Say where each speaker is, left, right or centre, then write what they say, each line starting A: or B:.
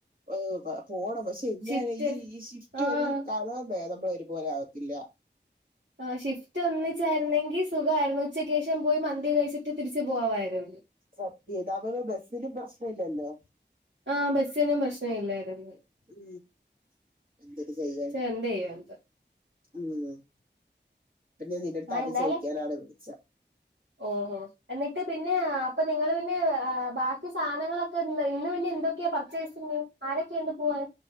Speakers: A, on the right; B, on the right.
A: ഓഹ് പോണം പക്ഷെ ഇങ്ങനെ
B: ഷിഫ്റ്റ്
A: ഈ ഈ ഷിഫ്റ്റ്
B: ആഹ്
A: ഒരു <unintelligible> നമ്മളെ ഒരു പോലെ ആവത്തില്ല.
B: ആ ഷിഫ്റ്റ് ഒന്നിച്ചായിരുന്നെങ്കി സുഖമായിരുന്നു ഉച്ചക്കേഷം പോയി മന്തി കഴിച്ചിട്ട് തിരിച്ച് പോകമായിരുന്നു
A: സത്യയിതാവുമ്പോ ബസ്സിനും പ്രശ്നില്ലല്ലോ?
B: ആഹ് ബസ്സിനും പ്രശ്നം ഇല്ലായിരുന്ന്
A: ഉം എന്തര് ചെയ്യാൻ?
B: എന്തെയ്യും എന്തോ
A: ഉം പിന്നെ നിന്റടുത്ത്
B: ആഹ്
A: അത്
B: എന്തായാലും
A: ചോദിക്കാനാണ് വിളിച്ചെ
B: ഓഹോ എന്നിട്ട് പിന്നെ അപ്പൊ നിങ്ങള് പിന്നെ <unintelligible> ബാക്കി സാനങ്ങളൊക്കെ <unintelligible> ഇന്ന് പിന്നെ എന്തൊക്കെയാ പർ പർച്ചേസിംഗിന് ആരൊക്കെയുണ്ട് പോവാൻ